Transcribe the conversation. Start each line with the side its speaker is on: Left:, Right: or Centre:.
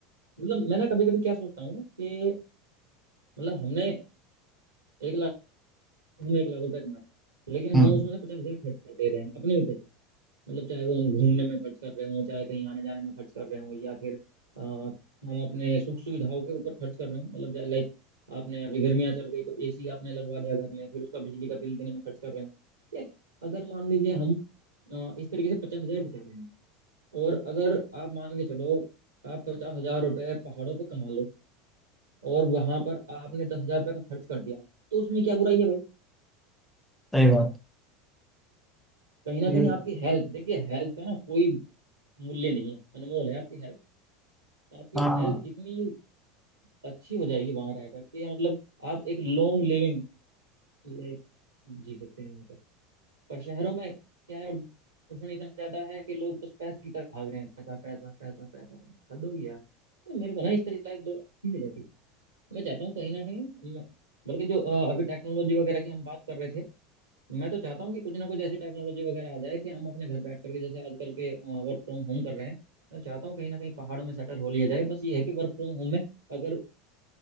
Right: मतलब मैं ना कभी कभी क्या सोचता हूँ कि मतलब हमने एक लाख हम 1 लाख रुपए कमा रहे हैं लेकिन
Centre: हम्म
Right: हम उसमें से पचास हजार खर्च कर दे रहे हैं अपने ऊपर मतलब चाहे वो हम घूमने में खर्च कर रहे हो चाहे कहीं आने जाने में खर्च कर रहे हो या फिर अ, हम अपने सुख सुविधाओं के ऊपर खर्च कर रहे हो मतलब लाइक आपने अभी गर्मियां चल गई तो एसी आपने लगवा लिया घर में फिर उसका बिजली का बिल देने में खर्च कर रहे हो यार अगर मान लीजिए हम अ, इस तरीके से पचास हजार बचा रहे हैं और अगर आप मान के चलो आप पचास हजार रुपए पहाड़ों पर कमा लो और वहां पर आपने दस हजार रुपये का खर्च कर दिया तो उसमें क्या बुराई है भाई
Centre: सही बात
Right: कहीं ना
Centre: ये
Right: कहीं आपकी हेल्थ देखिए हेल्थ का ना कोई मूल्य नहीं है अनमोल है आपकी हेल्थ आपकी
Centre: हाँ
Right: हेल्थ इतनी अच्छी हो जाएगी वहां रह करके या मतलब आप एक लॉन्ग लिविंग लाइफ जी सकते हैं वहाँ पे पर शहरों में क्या है प्रदूषण इतना ज्यादा है कि लोग बस पैसे की तरफ भाग रहे हैं पैसा पैसा पैसा पैसा हद हो गई यार तो मेरे को ना इस तरह की लाइफ दो अच्छी मिलेगी मैं चाहता हूँ कहीं ना कहीं मैं- बल्कि जो अ, अभी टेक्नोलॉजी वगैरह की हम बात कर रहे थे मैं तो चाहता हूँ कि कुछ ना कुछ ऐसी टेक्नोलॉजी वगैरह आ जाए कि हम अपने घर बैठ करके जैसे आजकल के वर्क फ्रॉम होम कर रहे हैं मैं चाहता हूँ कहीं ना कहीं पहाड़ों में सेटल हो लिया जाए बस ये है कि वर्क फ्रॉम होम में अगर